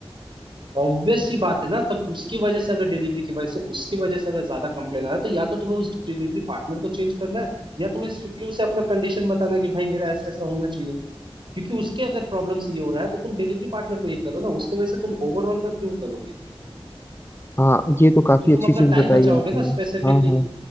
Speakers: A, on the right; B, on the left.
A: ऑब्वियस सी बात है ना तब उसकी वजह से अगर डिलीवरी की वजह से उसकी वजह से अगर ज्यादा कंप्लेन आ रहा है तो या तो तुम्हें उस डिलीवरी पार्टनर को चेंज करना है या तुम्हें स्ट्रिक्टली उसे अपना कंडीशन बताना है कि भाई मेरा ऐसा ऐसा होना चाहिए क्योंकि उसके अगर प्रॉब्लम से ये हो रहा है तो तुम डिलीवरी पार्टनर को ये करो ना उसकी वजह से तुम ओवरऑल का क्यों करोगे
B: हाँ ये तो काफी
A: तो तुम
B: अच्छी
A: अपना
B: चीज
A: टाइम
B: बताई
A: बचाओगे
B: है आपने
A: ना स्पेसिफिक
B: हाँ हाँ